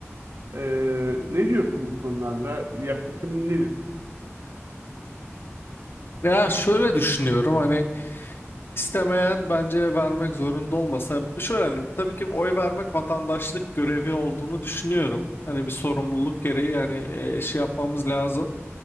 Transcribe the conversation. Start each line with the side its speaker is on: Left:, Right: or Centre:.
Right: Ee, ne diyorsun bu konularda? Yaklaşımın nedir?
Left: Ya şöyle düşünüyorum hani istemeyen bence vermek zorunda olmasa şöyle hani tabii ki oy vermek vatandaşlık görevi olduğunu düşünüyorum. Hani bir sorumluluk gereği yani e, şey yapmamız lazım.